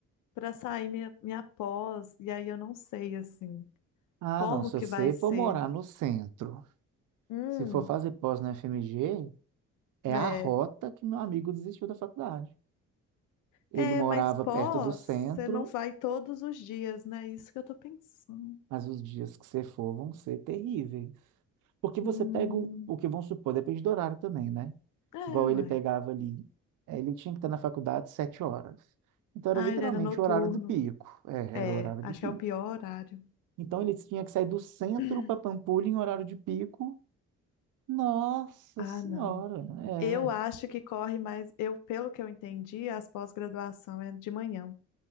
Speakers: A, on the left; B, on the right.
A: para sair minha, minha pós, e aí eu não sei assim
B: Ah,
A: como
B: não, se você
A: que vai ser.
B: for morar no centro,
A: Hum,
B: se for fazer pós na FMG, é
A: é.
B: a rota que meu amigo desistiu da faculdade. Ele
A: É,
B: morava
A: mas pós,
B: perto do centro
A: você não vai todos os dias, né? Isso que eu tô pensando.
B: Mas os dias que você for vão ser terríveis. Porque você
A: Hum,
B: pega o, o que vamos supor, depende do horário também, né?
A: é,
B: Igual
A: uai.
B: ele pegava ali. eh, Ele tinha que estar na faculdade sete horas. Então era
A: Ah,
B: literalmente
A: ele era noturno.
B: o horário do pico. É,
A: É,
B: era o horário
A: acho
B: de pico.
A: que é o pior horário.
B: Então ele tinha que sair do centro
A: <clears throat>
B: para Pampulha em horário de pico. Nossa
A: Ah,
B: senhora,
A: não.
B: é.
A: Eu acho que corre mais. Eu, pelo que eu entendi, as pós-graduação é de manhã.